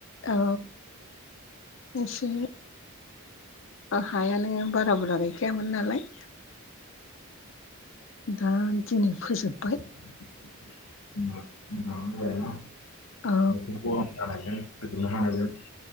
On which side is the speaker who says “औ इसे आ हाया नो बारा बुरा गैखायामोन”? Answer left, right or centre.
Left